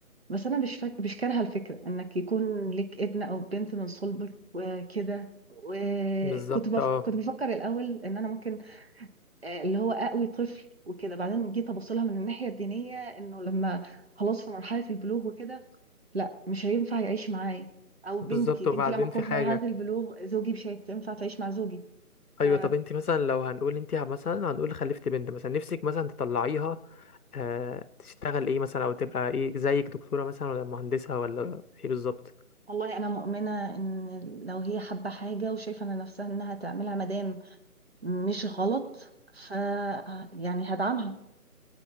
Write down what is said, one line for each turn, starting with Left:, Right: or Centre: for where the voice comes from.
Right: بس أنا مش فاك... مش كارهة الفكرة إنك يكون لك ابن أو بنت من صلبك وكده وكنت
Left: بالظبط
Right: بف...
Left: اه
Right: كنت بفكر الأول إن أنا ممكن آه، اللي هو اقوي طفل وكده بعدين جيت ابص لها من الناحيه الدينيه انه لما خلاص في مرحله البلوغ وكده لا مش هينفع يعيش معايا او بنتي
Left: بالظبط
Right: بنتي
Left: وبعدين
Right: لما تكون
Left: في
Right: في
Left: حاجه
Right: مرحله البلوغ زوجي مش هينفع تعيش مع زوجي ف
Left: ايوه طب انت مثلا لو هنقول انت مثلا هنقول خلفت بنت مثلا نفسك مثلا تطلعيها آه تشتغل ايه مثلا او تبقى ايه زيك دكتوره مثلا ولا مهندسه ولا ايه بالظبط
Right: والله انا مؤمنه ان لو هي حابه حاجه وشايفه ان نفسها انها تعملها مادام مش غلط ف يعني هدعمها